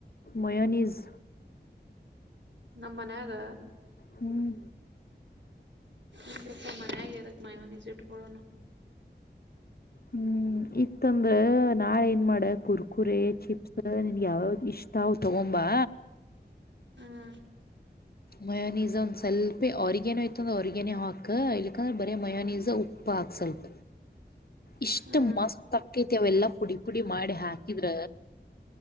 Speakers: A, on the left (about 60°); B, on the right (about 85°).
A: ಮಯೋನೀಜ್.
B: ನಮ ಮನ್ಯಾಗ.
A: ಹ್ಮ್
B: ಇಲ್ಲಪ್ಪ ಮನೆಯಾಗಿ ಎದಕ್ಕೆ ಮಯನೀಜ್ ಇಟಕೊಳ್ಳೋಣ.
A: ಹ್ಮ್ ಇತ್ತಂದ್ರ ನಾಳ ಏನ್ ಮಾಡ ಕುರ್ಕುರೆ ಚಿಪ್ಸ್ ನಿನ್ಗೆ ಯಾವ್ ಯಾವ್ದ ಇಷ್ಟ್. ಅವು ತಗೊಂಬಾ.
B: ಹ್ಮ್
A: ಮಯಾನೀಸ್ ಒಂದ್ ಸ್ವಲ್ಪೆ ಅರ್ಗ್ಯಾನ ಇತ್ತು ಅಂದ್ರಾ, ಆರ್ಗ್ಯಾನೋ ಇತ್ತು ಅಂದ್ರ ಆರ್ಗ್ಯಾನೋ ಹಾಕು ಇಲ್ಲಿಕಂದ್ರೆ ಬರೇ ಮಯಾನೀಸ್ ಉಪ್ಪ. ಹಾಕ್ ಸ್ವಲ್ಪ. ಇಷ್ಟ
B: ಹ್ಮ್
A: ಮಸ್ತ್ ಅಕ್ಕೈತಿ ಅವೆಲ್ಲಾ ಪುಡಿ ಪುಡಿ ಮಾಡಿ ಹಾಕಿದ್ರ.